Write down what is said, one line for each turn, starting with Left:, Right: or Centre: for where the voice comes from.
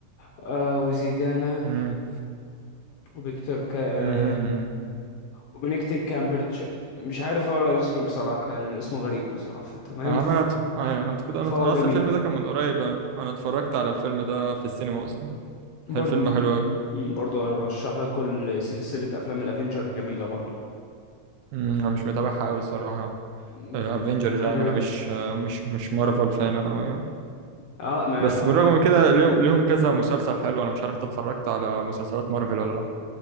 Left: آه وزيدانا
Right: امم
Left: وفيكتور كا
Right: امم
Left: آه وبنكتب كامبرتش مش عارف اقرا اسمه بصراحة لان اسمه غريب بصراحة تمام
Right: عملت
Left: ف-
Right: ايوه انت كده
Left: فهو
Right: انا أنا
Left: جميل
Right: اصلا الفيلم ده كان من قريب انا أنا اتفرجت على الفيلم ده في السينما اصلا هل
Left: برضه
Right: فيلم حلو قوي
Left: مم، برضه ارشح لك كل سلسلة افلام الافينجر جميلة برضه
Right: انا مش متابعها قوي الصراحه
Left: مم،
Right: افنجرز
Left: عجبتني
Right: يعني انا مش آه، مش مش مارفل فان انا قوي يعني
Left: اه ما
Right: بس بالرغم
Left: آه
Right: من كده ليهم ليهم كذا مسلسل حلو انا مش عارف انت اتفرجت على مسلسلات مارفل ولا لا